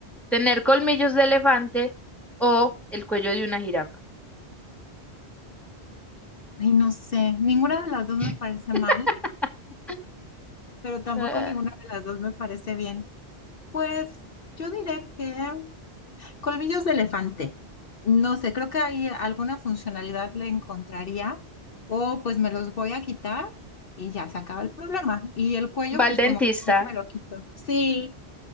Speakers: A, in the centre; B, on the left (about 60°).
A: ¿Tener colmillos de elefante o el cuello de una jirafa?
B: Ay, no sé, ninguna de las dos me
A: <laughs>
B: parece mal, pero tampoco
A: Ah,
B: ninguna de las dos me parece bien. Pues yo diré que Colmillos de elefante. No sé, creo que ahí alguna funcionalidad le encontraría o pues me los voy a quitar y ya se acaba el problema. Y el cuello,
A: va
B: pues
A: al
B: como
A: dentista,
B: que cómo me lo quito. Sí,